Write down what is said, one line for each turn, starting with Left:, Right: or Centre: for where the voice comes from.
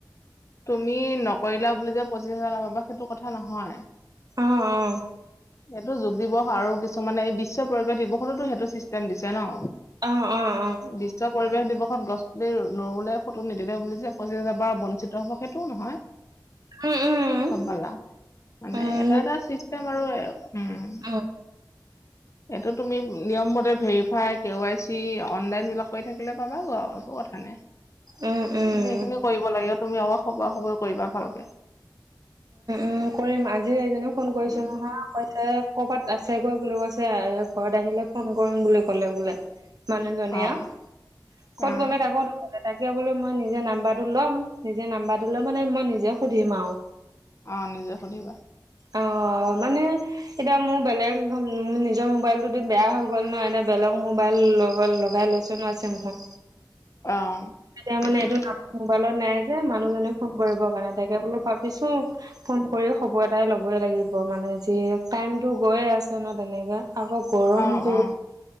Left: তুমি নকৰিলা বুলি যে পঁচিশ হাজাৰ পাব সেইটো কথা নহয় এইটোটো
Right: অ অ
Left: যোগ দিৱস আৰু কিছুমানে এই বিশ্ব পৰিবেশ দিৱসতোতো সেইটো চিষ্টেম দিছে ন
Right: অ অ অ
Left: বিশ্ব পৰিবেশ দিৱসত গছ পুলি নৰুলে ফটো নিদিলে বুলি যে পঁচিছ হাজাৰ পৰা বঞ্চিত ব সেইটোও নহয় সমম্ভালা
Right: উম উম
Left: মানে
Right: উম
Left: এটা এটা চিষ্টেম আৰু উম
Right: অ
Left: এইটো তুমি নিয়ম মতে verify K Y C online বিলাক কৰি থাকিলে পাবা গ একো কথা নাই কিন্তু
Right: উম উম
Left: এইখিনি কৰিব লাগিব তুমি অলাক খবৰ খবয় কৰিবা ভালকে
Right: উ কৰিম আজি এইজনেও ফোন কৰিছো
Left: উম
Right: নহয় কৈছে ক'ৰবাত আছে গৈ বুলি কৈছে আৰু ঘৰত আহিলে ফোন কৰিম বুলি ক'লে বোলে মানুহজনী
Left: অ
Right: আ ক'ত
Left: অ
Right: গ'লে থাকো ত তাকে বোলো মই নিজে নাম্বাৰটো ল'ম নিজে নাম্বাৰটো লৈ মানে মই নিজে সুধিম আৰু
Left: অ নিজে খধিবা
Right: অ মানে এতিয়া মোৰ বেলেগ নিজৰ মোবাইলতো বেয়া হৈ গ'ল ন এতিয়া বেলেগ মোবাইল লগ লগাই লৈছো আছে মুখত
Left: অ
Right: এতিয়া
Left: সেইটোৱে
Right: মানে এইটো নাম মোবাইলত নাই যে মানুহ জনে ফোন কৰিবৰ কাৰণে তাকে বোলো ভাবিছো ফোন কৰি খবৰ এটাই ল'বই লাগিব মানে যি টাইমতটো গৈয়ে আছে ন তেনেকে আকৌ গৰম
Left: অ
Right: দুখ
Left: অ